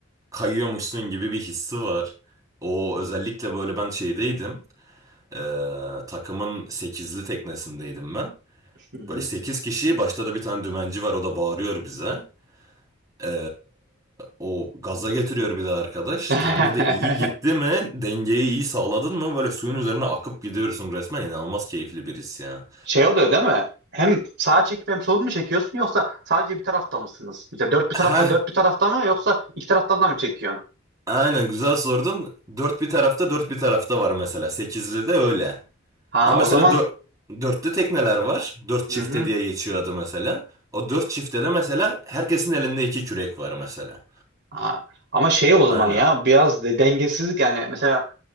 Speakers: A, on the right; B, on the right.
A: kayıyormuşsun gibi bir hissi var. O özellikle böyle ben şeydeydim. Ee, takımın sekizli teknesindeydim ben.
B: Hı hı.
A: Böyle 8 kişi başta da bir tane dümenci var o da bağırıyor bize. Ee, o gaza getiriyor bir de arkadaş.
B: <laughs>
A: Teknede iyi gitti mi? Dengeyi iyi sağladın mı? Böyle suyun üzerine akıp gidiyorsun resmen. İnanılmaz keyifli bir his ya.
B: Şey oluyor değil mi? Hem sağa çekip hem sol mu çekiyorsun yoksa sadece bir tarafta mısınız? Mesela dört bir tarafta
A: Heh,
B: dört bir tarafta mı yoksa iki taraftan da mı çekiyorsun?
A: aynen güzel sordun. Dört bir tarafta dört bir tarafta var mesela. Sekizli de öyle.
B: Ha
A: Ama mesela
B: o zaman
A: dört, dörtte tekneler var. Dört
B: hı
A: çifte
B: hı.
A: diye geçiyor adı mesela. O dört çifte de mesela herkesin elinde iki kürek var mesela.
B: Ha, ama şey o zaman
A: Aynen.
B: ya biraz de dengesizlik yani mesela